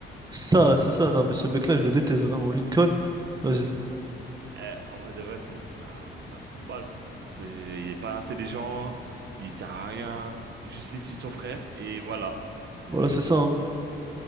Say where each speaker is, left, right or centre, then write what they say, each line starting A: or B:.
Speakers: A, on the right; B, on the right.
A: Ça, c'est ça, non, mais ce mec-là, je le déteste, vraiment. Lincoln, vas-y.
B: Eh, en vrai de vrai, c'est c'est un, c'est un trou de balle. hein. Ah, C'est, il est pas intelligent, il sert à rien. Juste il suit son frère et voilà.
A: Voilà,
B: Hassoul.
A: c'est ça, hein.